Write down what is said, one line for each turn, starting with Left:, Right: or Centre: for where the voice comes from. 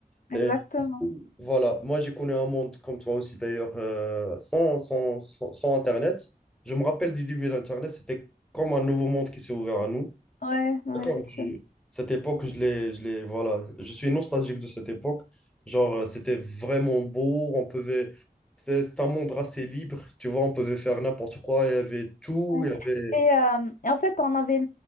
Left: Ouais,
Centre: Et
Left: exactement.
Centre: Voilà, moi j'ai connu un monde comme toi aussi d'ailleurs, euh, sans, sans, sans, sans Internet. Je me rappelle du début d'Internet, c'était comme un nouveau monde qui s'est ouvert à nous.
Left: Ouais, ouais,
Centre: D'accord.
Left: effectivement.
Centre: J'ai- Cette époque, je l'ai, je l'ai, voilà, je suis nostalgique de cette époque. Genre, euh, c'était vraiment beau, on pouvait, c'était c'était un monde assez libre, tu vois, on pouvait faire n'importe quoi, il y avait tout,
Left: Ouais.
Centre: il y avait...
Left: Et, euh, et en fait, on avait,